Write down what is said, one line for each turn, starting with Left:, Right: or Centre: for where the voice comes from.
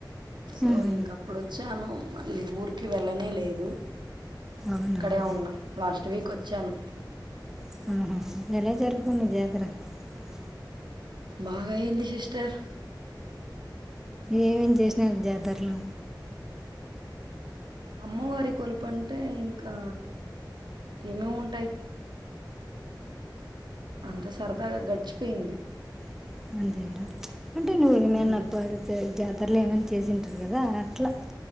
Right: సో
Centre: ఆహా.
Right: ఇంక అప్పుడు వచ్చాను మళ్ళీ ఊరికి వెళ్ళనే లేదు
Centre: అవునా
Right: ఇక్కడే ఉన్న లాస్ట్ ట్వీకి వచ్చాను
Centre: <inaudible>
Right: బాగాయింది సిస్టర్
Centre: ఏమేమి చేసిన జాతరలో
Right: అమ్మవారి కొలుపు అంటే ఇంకా ఏమేమి ఉంటాయి అంత సరదాగా గడిచిపోయింది
Centre: <inaudible>
Right: ఉమ్.
Centre: <inaudible>